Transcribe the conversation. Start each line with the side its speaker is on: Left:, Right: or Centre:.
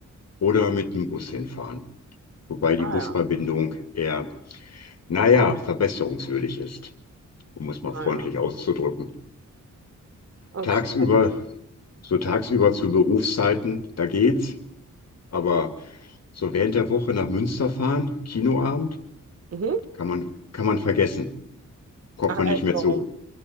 Left: oder mit dem Bus hinfahren. Wobei die
Right: Ah
Left: Busverbindung
Right: ja,
Left: eher, naja, verbesserungswürdig ist, um es mal
Right: ah
Left: freundlich
Right: ja.
Left: auszudrücken.
Right: Okay.
Left: Tagsüber, so tagsüber zu Berufszeiten, da geht's. Aber so während der Woche nach Münster fahren, Kinoabend,
Right: Mhm.
Left: kann man, kann man vergessen. Kommt
Right: Ach
Left: man nicht
Right: echt,
Left: mehr
Right: warum?
Left: zu,